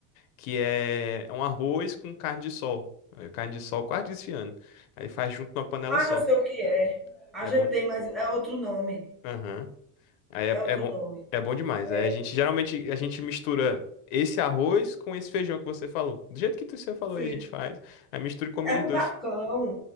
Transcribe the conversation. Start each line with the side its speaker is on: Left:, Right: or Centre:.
Left: Que é um arroz com carne de sol. É, Carne de sol quase desfiando. Aí faz junto numa panela
Centre: Ah,
Left: só.
Centre: eu sei o que é. A
Left: É
Centre: gente
Left: bom de...
Centre: tem, mas é outro nome.
Left: Aham. Aí é,
Centre: É outro
Left: é bom,
Centre: nome.
Left: é bom demais.
Centre: É,
Left: Aí a gente geralmente a gente mistura esse arroz com esse feijão que você falou. Do jeito que tu- você falou
Centre: sim.
Left: aí, a gente faz. Aí mistura e come
Centre: É
Left: eles
Centre: rubacão.
Left: dois.